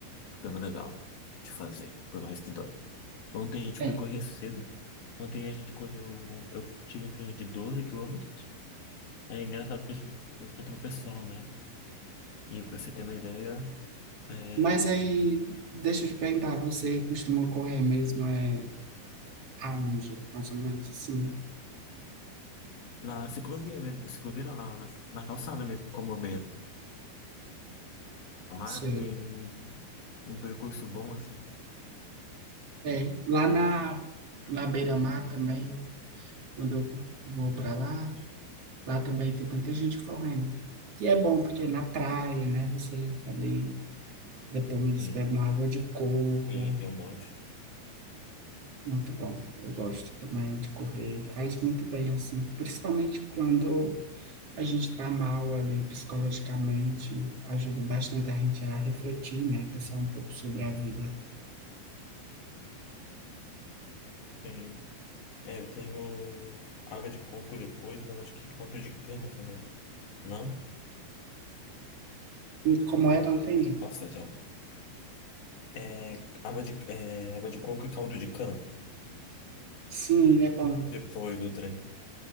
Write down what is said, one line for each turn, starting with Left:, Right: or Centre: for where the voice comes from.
Left: ficando legal de fazer, por mais que dói. Ontem a gente
Right: É,
Left: foi correr cedo. Ontem a gente correu, eu tive um treino de 12 quilômetros. É engraçado porque a gente encontrou o pessoal, né? E pra você ter uma ideia, é,
Right: mas aí, deixa eu te perguntar, você costuma correr mesmo, é, aonde? Mais ou menos assim,
Left: Na ciclovia mesmo, ciclovia não, na, na, na calçada mesmo, como a beira-mar,
Right: sei.
Left: tem um percurso bom assim.
Right: É, lá na, na beira-mar também, quando eu vou para lá, lá também tem muita gente correndo. Que é bom, porque é na praia, né? Você ali Depois
Left: Sim,
Right: bebe uma água de coco.
Left: sim, tem um monte.
Right: Muito bom. Eu gosto também de correr. Faz muito bem, assim. Principalmente quando a gente tá mal ali psicologicamente. Ajuda bastante a gente a refletir, né? Pensar um pouco sobre a vida.
Left: Tem, é, eu tenho água de coco depois, mas acho que caldo de cana também. Não?
Right: E como é, não entendi.
Left: Nossa, tá de álcool. É, água de, é, água de coco e caldo de cana
Right: Sim, é bom.
Left: depois do trem. <laughs>